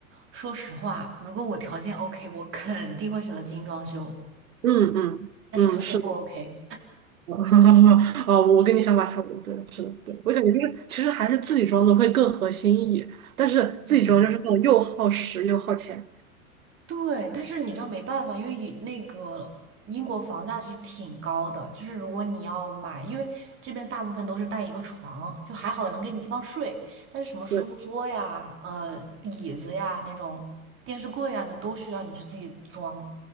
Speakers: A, on the right; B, on the right.
A: 说实话，如果我条件 OK，我肯定会选择精装修，
B: 嗯嗯嗯，
A: 但是条件不
B: 是的。
A: OK，
B: <laughs> 啊，我跟你想法差不多，对，是的，对，我感觉就是，其实还是自己装的会更合心意，但是自己装就是那种又耗时又耗钱。
A: 嗯。对，但是你知道没办法，因为以那个英国房价是挺高的，就是如果你要买，因为这边大部分都是带一个床，就还好能给你地方睡，但是什么书桌呀、
B: 对。
A: 呃椅子呀那种电视柜啊，那都需要你去自己装。